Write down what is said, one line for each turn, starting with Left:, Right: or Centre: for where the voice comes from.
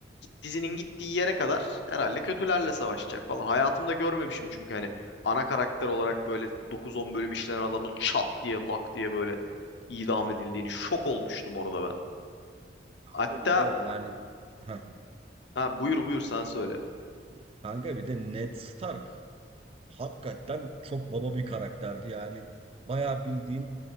Left: dizinin gittiği yere kadar herhalde kötülerle savaşacak falan. Hayatımda görmemişim çünkü hani ana karakter olarak böyle dokuz on bölüm işlenen adamın çat diye lak diye böyle idam edildiğini şok olmuştum orada ben.
Right: Kanka
Left: Hatta
Right: bir de yani Heh.
Left: ha buyur buyur sen söyle.
Right: kanka bir de Ned Stark hakikaten çok baba bir karakterdi yani. Bayağı bildiğin